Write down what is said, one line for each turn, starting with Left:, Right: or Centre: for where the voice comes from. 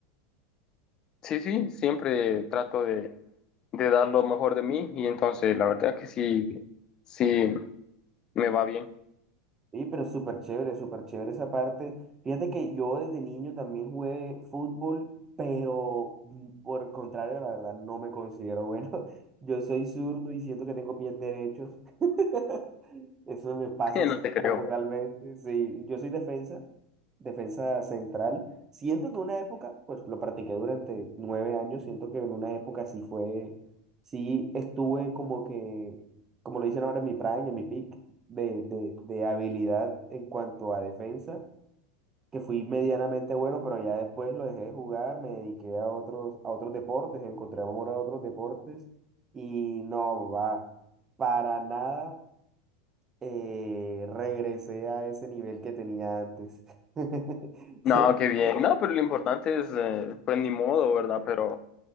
Left: Sí, sí, siempre trato de, de dar lo mejor de mí y entonces la verdad que sí, sí, me va bien.
Right: Sí, pero súper chévere, súper chévere esa parte. Fíjate que yo desde niño también jugué fútbol, pero mm, por el contrario, la verdad, no me considero bueno. <laughs> Yo soy zurdo y siento que tengo pies derechos. <laughs> Eso me pasa
Left: <laughs> No
Right: siempre
Left: te creo.
Right: totalmente. Sí, yo soy defensa, defensa central. Siento que una época, pues lo practiqué durante nueve años, siento que en una época sí fue, sí estuve como que, como lo dicen ahora en mi prime, en mi peak, de, de- de habilidad en cuanto a defensa, que fui medianamente bueno, pero ya después lo dejé de jugar, me dediqué a otros, a otros deportes, encontré amor a otros deportes y no va, para nada eh, regresé a ese nivel que tenía antes. <laughs> Se
Left: No, qué bien. No, pero lo importante es, eh, pues ni modo, ¿verdad? Pero